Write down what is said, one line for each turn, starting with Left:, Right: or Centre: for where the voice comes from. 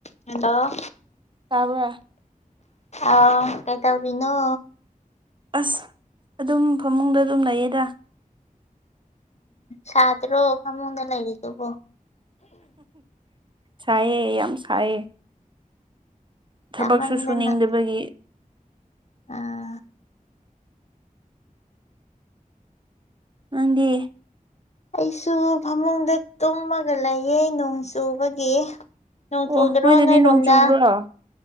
Left: Hello
Right: ꯇꯥꯕ
Left: ꯑ ꯀꯦ ꯇꯥꯎꯔꯤꯅꯣ
Right: ꯑꯁ ꯑꯗꯨꯝ ꯐꯃꯨꯡꯗ ꯑꯗꯨꯝ ꯂꯩꯌꯦꯗ
Left: ꯁꯥꯇ꯭ꯔꯣ ꯐꯃꯨꯛꯒ ꯂꯩꯔꯤꯗꯕꯣ
Right: ꯁꯥꯏꯑꯦ ꯌꯥꯝ ꯁꯥꯏꯌꯦ
Left: ꯁꯥꯃꯟꯗꯅ
Right: ꯊꯕꯛꯁꯨ ꯁꯨꯅꯤꯡꯗꯕꯒꯤ
Left: ꯑꯥ
Right: ꯅꯪꯒꯤ
Left: ꯑꯩꯁꯨ ꯐꯃꯨꯡꯗ ꯇꯨꯝꯃꯒ ꯂꯩꯌꯦ ꯅꯣꯡ ꯆꯨꯕꯒꯤ ꯅꯣꯡ
Right: ꯑꯣ
Left: ꯆꯨꯗ꯭ꯔꯣ
Right: ꯅꯣꯏꯗꯗꯤ
Left: ꯅꯣꯏꯔꯣꯝꯗ
Right: ꯅꯣꯡ ꯆꯨꯕ꯭ꯔꯣ